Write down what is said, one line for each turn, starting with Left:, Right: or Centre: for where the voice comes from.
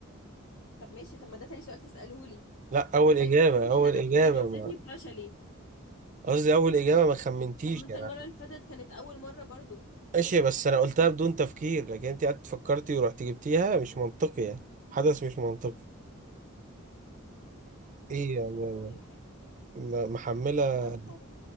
Left: طب ماشي طب ما ده تاني سؤال تسأله لي
Right: لا اول
Left: هو انت
Right: اجابة
Left: ليه محسسني
Right: اول
Left: ان انا
Right: اجابة
Left: ليه محسسني
Right: ما
Left: بفشلي
Right: قصدي اول اجابة ما خمنتيش
Left: طب ما انت
Right: يعني.
Left: المرة اللي فاتت كانت اول مرة برضو
Right: ماشي بس انا قلتها بدون تفكير لكن انت قعدت فكرتي ورحت جبتيها مش منطقي يعني حدث مش منطقي
Left: طيب
Right: ايه
Left: ماشي
Right: يعني
Left: انا هقول حاجة
Right: م- محملة
Left: هقول حاجة